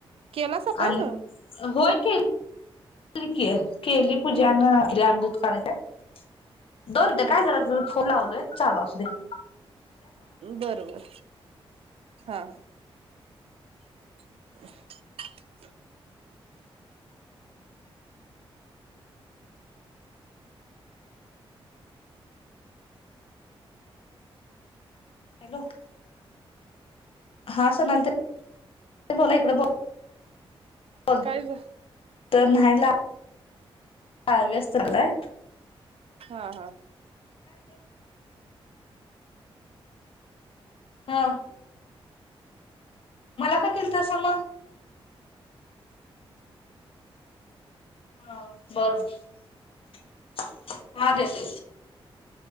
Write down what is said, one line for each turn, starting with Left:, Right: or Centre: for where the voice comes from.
Right: केलास आपण
Left: आणि होय की <unintelligible> केली पूजान
Right: हा
Left: <unintelligible> दोन मिंट
Right: हा
Left: काय झालं तु फोन लावलोय चालू असूदे.
Right: बर बर हां. <unintelligible>
Left: हॅलो. हा सोनाली ताई बोला इकडं बो बग
Right: काय झा
Left: तर न्हाय ला हा व्यस्त लागलाय
Right: हा हा.
Left: हा. मला का केलतासा म? हा बरोब हा देते.